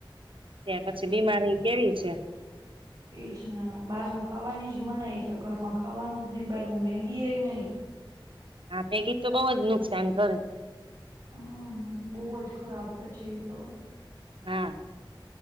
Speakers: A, on the right; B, on the right.
A: ત પછી બીમારી કેવી છે.
B: ઈ જ ને બહારનું ખાવાની જ મનાય છે ઘરમાં ખાવાનું જ નહિ બહારનું મેગી એ નહિ.
A: હા મેગી તો બહુ જ નુકસાન કરે છે.
B: હમ બોવ જ ખરાબ પછી તો
A: હા